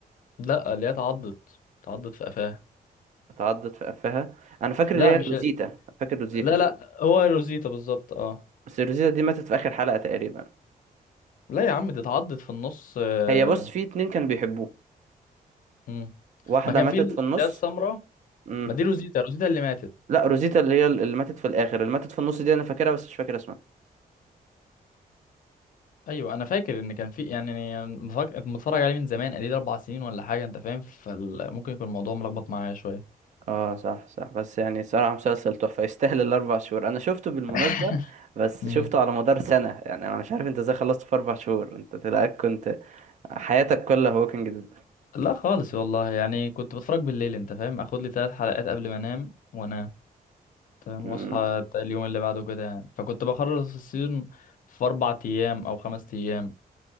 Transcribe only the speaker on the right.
اتعضت في قفاها انا فاكر
اللي هي
روزيتا فاكر روزيتا
بس روزيتا دي ماتت في اخر حلقة تقريبا
هي بص في اتنين كانوا بيحبوه
واحدة
ماتت
في النص
امم
لا روزيتا اللي هي اللي ماتت في الآخر اللي ماتت في النص دي أنا فاكرها بس مش فاكر اسمها
اه صح صح بس يعني صراحة مسلسل تحفة يستاهل الأربع شهور أنا شفته بالمناسبة
بس
شفته على مدار سنة يعني أنا مش عارف أنت إزاي خلصت في أربع شهور أنت تلاقيك كنت حياتك كلها ووكينج
ديد